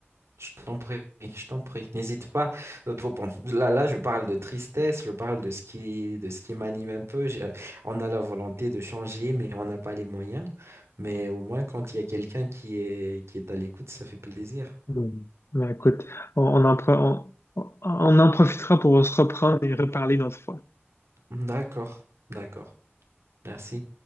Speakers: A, on the right; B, on the left.
A: Je t'en prie, je t'en prie. N'hésite pas. Euh, Bon, bon, là, là, je parle de tristesse, je parle de ce qui, de ce qui m'anime un peu. J'ai- euh, On a la volonté de changer, mais on n'a pas les moyens. Mais au moins, quand il y a quelqu'un qui est, qui est à l'écoute, ça fait plaisir.
B: Hmm. Ben, écoute, on, on en, pro- on on- on en profitera pour se reprendre et reparler une autre fois.
A: D'accord, d'accord. Merci.